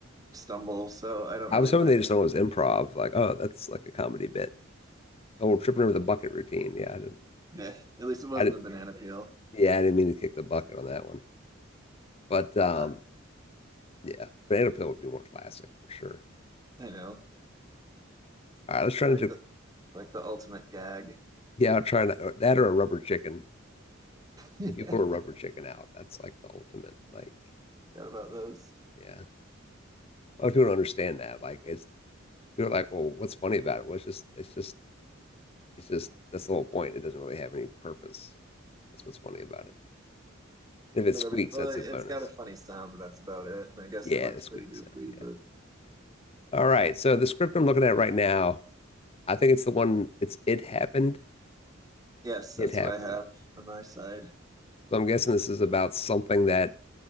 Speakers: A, on the right; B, on the left.
A: stumble, so I don't
B: I
A: really
B: was hoping
A: blame
B: they just
A: you.
B: thought it was improv. Like, oh, that's like a comedy bit. Oh, we're tripping over the bucket routine. Yeah, I didn't.
A: Yeah, at least it wasn't
B: I didn't.
A: a banana peel.
B: Yeah, I didn't mean to kick the bucket on that one. But um,
A: Huh,
B: yeah, banana peel would be more classic for sure.
A: I know.
B: All right, let's try
A: It's
B: to
A: like
B: do
A: the like the ultimate gag. <laughs>
B: Yeah, I'll try to that or a rubber chicken.
A: Yeah,
B: If you pull a rubber chicken out, that's like the ultimate. Like,
A: forgot about those.
B: yeah, a lot of people don't understand that. Like, it's people are like, well, what's funny about it? Well, it's just, it's just, it's just that's the whole point. It doesn't really have any purpose. That's what's funny about it. If it
A: The
B: squeaks,
A: rubber. Well,
B: that's
A: it's
B: a bonus.
A: got a funny sound, but that's about it. And I guess
B: Yeah,
A: it looks
B: the squeaky
A: pretty goofy,
B: sound.
A: but
B: Yeah. All right. So the script I'm looking at right now, I think it's the one. It's it happened.
A: yes, that's
B: It happened.
A: what I have on my side.
B: So I'm guessing this is about something that